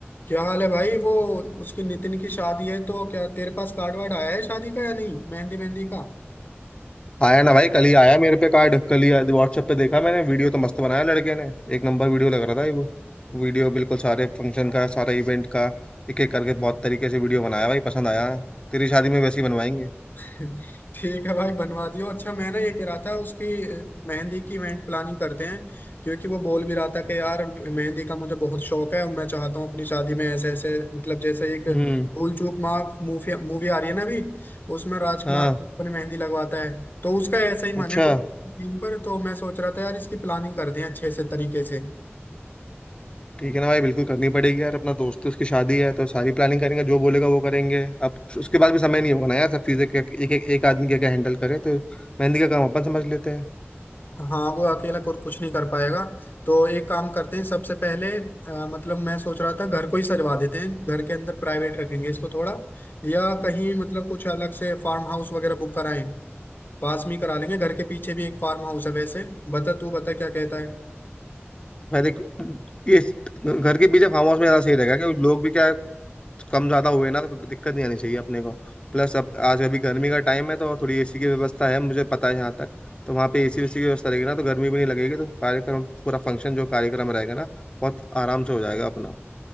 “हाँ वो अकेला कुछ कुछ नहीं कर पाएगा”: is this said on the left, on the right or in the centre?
Left